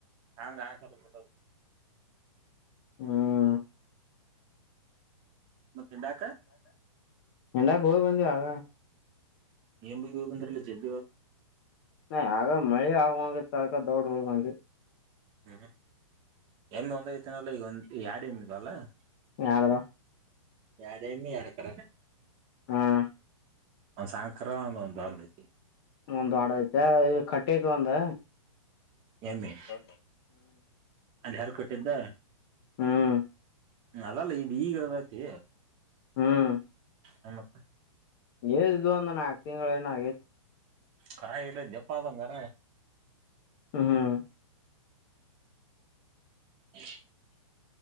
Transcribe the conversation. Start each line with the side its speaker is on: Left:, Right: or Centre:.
Right: ಹಂಗ ಹಲ್ಡ್ತ.
Left: ಹ್ಮ.
Right: ಮತ್ತ್ ಉಂಡಾಕ.
Left: ಉಣ್ಣಕ್ಕೆ ಹೋಗಿ ಬಂದೇ ಆಗಲೇ.
Right: ಏನ್ ಬಗಿ ಹೋಗ ಬಂದ್ರಲ್ಲ ಜಲ್ದಿ ಇವತ್ತು
Left: ನ ಆಗ ಮಳೆ ಆಗೋಗತ್ಕ ದೊಡ್ ಹೋಗಾಂದ್ರಿ.
Right: ಹ್ಮ್ ಎಮ್ಮ ಒಂದೈತನಲ್ಲ ಈಗ ಎಡ ಎಮ್ಮೆ ಇದಾವನಲ್
Left: ಯಾರದಾ
Right: ಎಡ ಎಮ್ಮಿ ಎಡ ಕರ
Left: ಹ್ಮ
Right: ಒಂದ್ ಸಾಣ್ ಕರ ಒಂದ ಒಂದ್ ದೊಡ್ಡದ ಐತಿ
Left: ಒಂದು ದೊಡ್ಡದ ಐತೆ ಇದು ಕಟ್ಟಿಐತ್ ಒಂದ
Right: ಎಮ್ಮೆ
Left: ಹ್ಮ್
Right: ಅದ ಯಾರ್ ಕಟ್ಟಿದ್ದ
Left: ಹ್ಮ್
Right: ಅದಲ್ಲ ಇದು ಈಗ ಇಲದತಿ
Left: ಹ್ಮ್
Right: ಹ ಮತ್ತ
Left: ಏಳು ಇದು ಒಂದು ನಾಲ್ಕು ತಿಂಗಳ ಏನ ಆಗೈತಿ
Right: ಕರ ಇಡ ದೆಪ್ಪ ಆದಂಗಾರ
Left: ಹ್ಮ ಹ್ಮ್
Right: <inaudible>